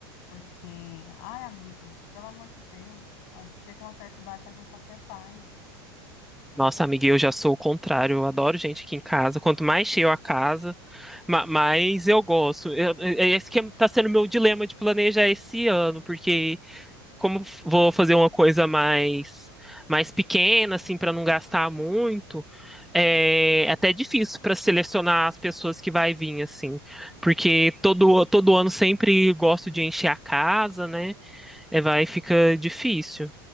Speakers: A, on the left; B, in the centre.
A: Porque, ai, amigo, pelo amor de Deus, a gente chega uma certa idade que a gente só quer paz.
B: Nossa, amiga, eu já sou o contrário. Eu adoro gente aqui em casa. Quanto mais cheio a casa, ma- mais eu gosto. Eu, eu- esse que é, tá sendo meu dilema de planejar esse ano, porque como f- vou fazer uma coisa mais mais pequena, assim, para não gastar muito, é é até difícil para selecionar as pessoas que vai vir, assim, porque todo todo ano sempre gosto de encher a casa, né? É, vai fica difícil.